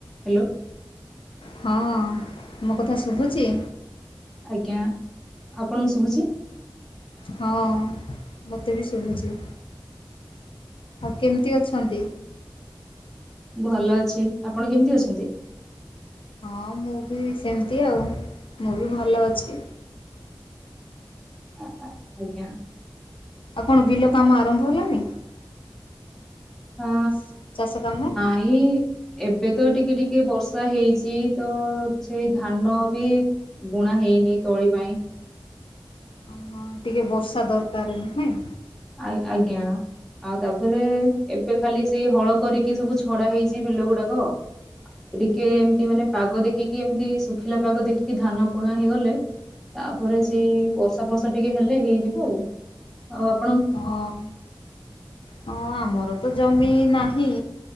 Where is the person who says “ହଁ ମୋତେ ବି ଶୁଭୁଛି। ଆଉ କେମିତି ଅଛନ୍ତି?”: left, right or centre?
Left